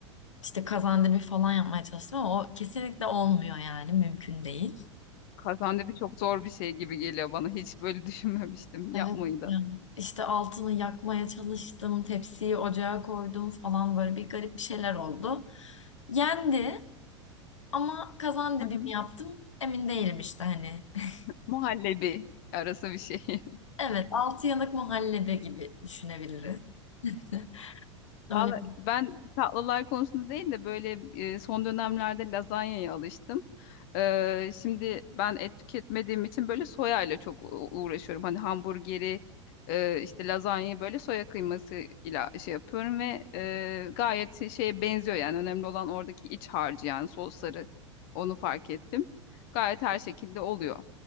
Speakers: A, on the left (about 75°); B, on the left (about 50°).
A: işte kazandibi falan yapmaya çalıştım ama o kesinlikle olmuyor yani mümkün değil.
B: Kazandibi çok zor bir şey gibi geliyor bana. Hiç böyle <laughs> düşünmemiştim yapmayı
A: Evet
B: da.
A: ya. İşte altını yakmaya çalıştım, tepsiyi ocağa koydum falan böyle bir garip bir şeyler oldu. Yendi ama kazan dibi
B: Hı hı.
A: mi yaptım emin değilim işte hani. <laughs>
B: Muhallebi arası bir şey. <laughs>
A: Evet, altı yanık muhallebi gibi düşünebiliriz. <laughs> Öyle.
B: Valla ben tatlılar konusunda değil de böyle e, son dönemlerde lazanyaya alıştım. Ee, şimdi ben et tüketmediğim için böyle soya ile çok u- uğraşıyorum. Hani hamburgeri, e, işte lazanyayı böyle soya kıyması ile şey yapıyorum ve e, gayet şeye benziyor yani. Önemli olan oradaki iç harcı yani sosları. Onu fark ettim. Gayet her şekilde oluyor.